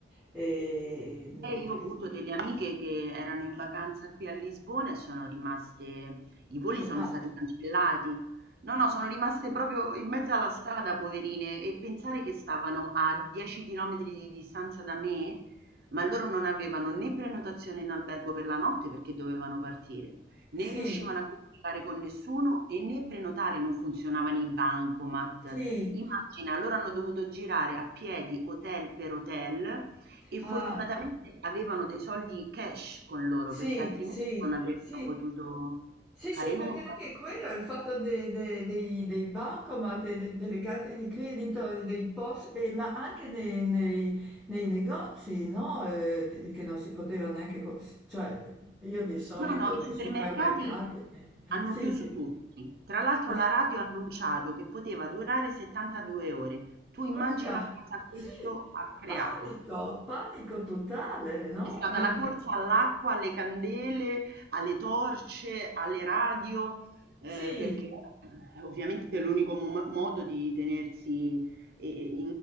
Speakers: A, in the centre; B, on the right.
A: Ehm,
B: Eh, io ho avuto delle amiche che erano in vacanza qui a Lisbona e sono rimaste i voli
A: scioccante.
B: sono stati cancellati. No, no, sono rimaste proprio in mezzo alla strada, poverine, e pensare che stavano a 10 km di distanza da me, ma loro non avevano né prenotazione in albergo per la notte perché dovevano partire, né
A: Sì,
B: riuscivano a comunicare con nessuno e né prenotare, non funzionavano i bancomat.
A: sì,
B: Immagina, loro hanno dovuto girare a piedi hotel per hotel e
A: ah,
B: fortunatamente avevano dei soldi cash con loro,
A: sì,
B: perché altrimenti
A: sì,
B: non avrebbero
A: sì,
B: potuto
A: sì, sì,
B: fare
A: perché
B: nulla.
A: anche quello è il fatto de- de- dei, dei bancomat, e de- delle carte di credito, e dei POS, e- ma anche nei, nei- nei negozi, no? Eh, di- che non si poteva neanche, co- cioè io di solito
B: No, no, i
A: nei
B: supermercati
A: supermercati, eh, eh,
B: hanno
A: sì,
B: chiuso
A: di-
B: tutti. Tra l'altro
A: eh,
B: la radio ha annunciato che poteva durare 72 ore. Tu immagina
A: urca,
B: cosa
A: sì,
B: questo ha creato.
A: panico, panico totale, no?
B: C'è stata
A: Eh,
B: la
A: eh,
B: corsa all'acqua, alle candele, alle torce, alle radio, ehm,
A: sì,
B: perché eh, ovviamente è l'unico mom modo di tenersi, ehm,